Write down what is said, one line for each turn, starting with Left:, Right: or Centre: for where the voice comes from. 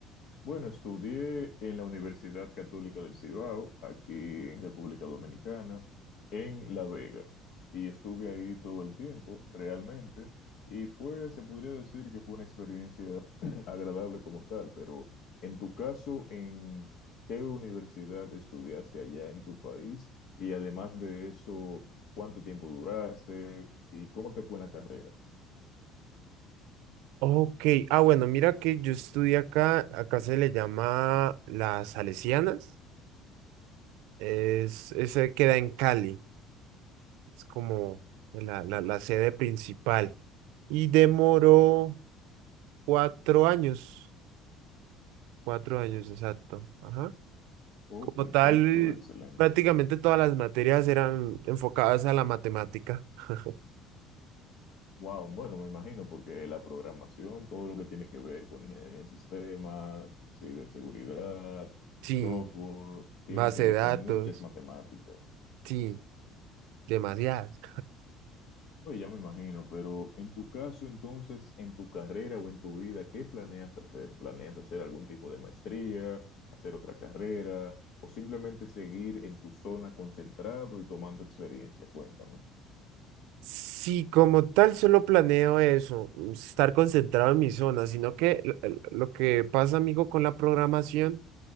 Left: Bueno, estudié en la Universidad Católica del Cibao, aquí en República Dominicana, en La Vega, y estuve ahí todo el tiempo, realmente, y fue, se podría decir que fue una experiencia <clears throat> agradable como tal, pero en tu caso, ¿en qué universidad estudiaste allá en tu país? Y además de eso, ¿cuánto tiempo duraste y cómo te fue en la carrera?
Right: Ok, ah, bueno, mira que yo estudié acá, acá se le llama las Salesianas. Es, ese queda en Cali, es como la, la, la sede principal. Y demoró cuatro años, cuatro años exacto. Ajá.
Left: Oh,
Right: Como
Left: perfecto,
Right: tal,
Left: excelente.
Right: prácticamente todas las materias eran enfocadas a la matemática. <laughs>
Left: Wow, bueno, me imagino, porque la programación, todo lo que tiene que ver con ingeniería en sistemas, ciberseguridad,
Right: Sí,
Left: software, tiene
Right: base
Left: que ver
Right: de datos,
Left: con muchas matemáticas.
Right: sí, demasiadas.
Left: Oye, ya me imagino, pero en tu caso, entonces, en tu carrera o en tu vida, ¿qué planeas hacer? ¿Planeas hacer algún tipo de maestría, hacer otra carrera, o simplemente seguir en tu zona concentrado y tomando experiencia? Cuéntame.
Right: Sí, como tal, solo planeo eso, estar concentrado en mi zona, sino que l- l- lo que pasa, amigo, con la programación.